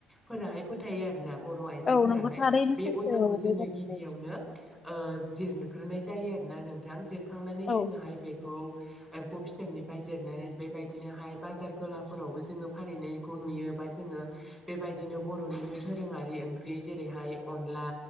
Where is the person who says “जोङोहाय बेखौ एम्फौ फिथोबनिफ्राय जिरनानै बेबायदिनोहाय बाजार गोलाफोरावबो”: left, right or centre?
Centre